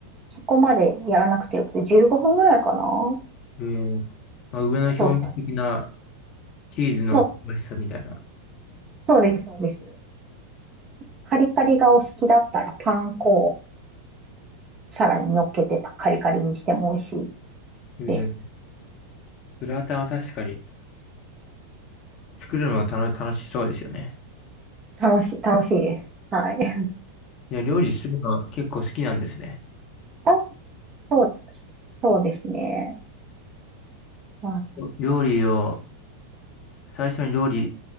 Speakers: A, on the right; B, on the left.
A: そこまでやらなくてよくて、15分ぐらいかな
B: えー、まあ、上の表面的な
A: トースターで。
B: チーズの香ばしさみたいな。
A: そう、そうです、そうです。カリカリがお好きだったら、パン粉をさらに乗っけてカリカリにしても美味しい
B: えー、
A: です。
B: グラタンは確かに作るのはたの楽しそうですよね。
A: 楽しい、楽しいです。はい。<laughs>
B: いや、料理するのは結構好きなんですね。
A: あそうそうですね。うい
B: 料理を、最初に料理